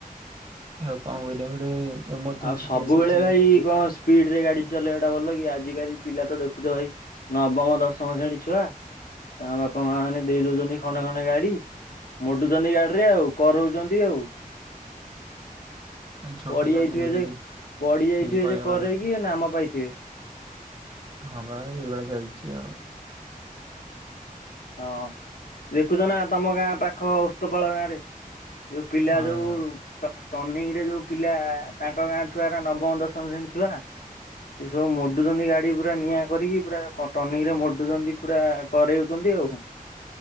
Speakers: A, on the left; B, on the right.
A: <inaudible>
B: ଆଉ କଣ କରିବା ଗୋଟେ ଏମରଜେନ୍ସି
A: ଆଉ ସବୁବେଳେ
B: କେସ୍ ଅଛି
A: ଭାଇ କଣ ସ୍ପିଡ ରେ ଗାଡି ଚଲେଇବା ଟା ଭଲ କି ଆଜିକାଲି ପିଲା ତ ଦେଖୁଛ ଭାଇ ନବମ ଦଶମ ଶ୍ରେଣୀ ଛୁଆ ତାଙ୍କ ବାପା ମା ମାନେ ଦେଇ ଦଉଛନ୍ତି। ଖଣ୍ଡେ ଖଣ୍ଡେ ଗାଡି ମୋଡୁଛନ୍ତି ଗାଡିରେ ଆଉ କରଉଛନ୍ତି। ଆଉ <inaudible>
B: ଭାଇ ଛୋଟ
A: ପଡି
B: ଛୁଆଙ୍କୁ
A: ଯାଇଥିବେ
B: ସେଥିରେ କିଛି
A: ଯେ ପଡି ଯାଇଥିବେ
B: କିଛି କହିବା
A: ଯେ କରେ
B: କଥା ନୁହେଁ।
A: କିି ନାମ ପାଇଥିବେ।
B: ହଁ ବା ଏଇଭଳି ଚାଲିଛି ଆଉ
A: ହଁ ଦେଖୁଛ ନା ତମ ଗାଁ ପାଖ ଉସ୍ତପାଳ ଗାଁ ରେ ଯୋଉ ପିଲା
B: ହଁ
A: ଯୋଉ
B: ଭାଇ ହଁ।
A: ଟର୍ଣ୍ନିଂ ରେ ଯୋଉ ପିଲା ତାଙ୍କ ଗାଁ ଛୁଆର ନବମ ଦଶମ ଶ୍ରେଣୀ ଛୁଆ ସେ ସବୁ ମଡୁଛନ୍ତି ଗାଡି ପୁରା ନିଆଁ କରିକି ପୁରା ଟର୍ନିଂ ରେ ମଡୁଛନ୍ତି ପୁରା କରରେ ଛନ୍ତି ଆଉ